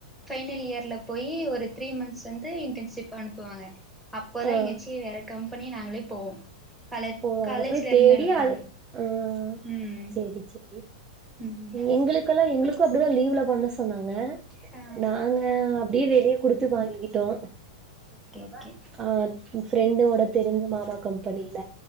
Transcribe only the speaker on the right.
ஆ
ஓ அங்க
போய் தேடி
அது ஆ
சேரி சேரி
எங்களுக்கல்லா எங்களுக்கு அப் அப்டிதா லீவ்ல பண்ண சொன்னாங்க
நாங்க அப்டியே வெளிய குடுத்து வாங்கிக்கிட்டோ
ஆ ஃப்ரெண்டோட தெரிஞ்ச மாமா கம்பனில